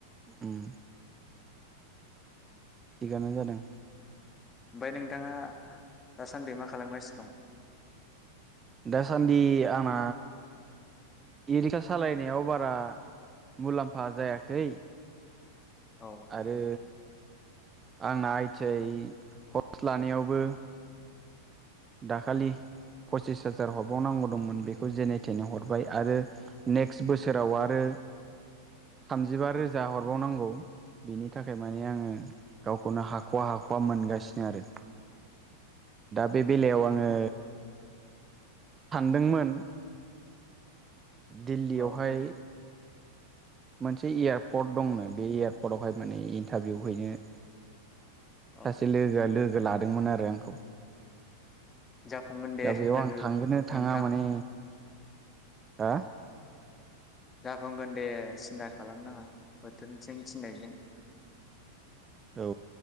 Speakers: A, on the right (about 20°); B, on the left (about 20°).
A: उम थिगानो जादों।
B: ओमफाय नोंथाङा दास सान्दि मा खालामगासिनो दं?
A: दासान्दि आंना इ रिक्सा सालायनायाव बारा मुलाम्फा जायाखै।
B: औ
A: आरो आंना आइ थि य खरस लानायावबो दाखालि पसिस हाजार हरबावनांगौ दंमोन बेखौ जेने थेने हरबाय आरो नेक्स्ट बोसोराव आरो थामजिबा रोजा हरबावनांगौ बिनि थाखाय माने आङो गावखौनो हाख'वा हाख'वा मोनगासिनो आरो बे
B: औ
A: बेलायाव आंङो थांनदोंमोन दिल्लियावहाय
B: औ
A: मोनसे एयारपर्ट दंनो बे एयारपर्टआवहाय माने इन्टारभिउ हैनो सासे
B: औ
A: लोगोआ लोगो लादोंमोन आ आंखौ
B: जाफुंगोन दे
A: दा बेयाव
B: लोगो
A: आं थांगोना
B: नोंथां
A: थांङा माने हा
B: जाफुंगोन दे सिन्था खालामनाङा बोथोरथिं थिननायजों
A: औ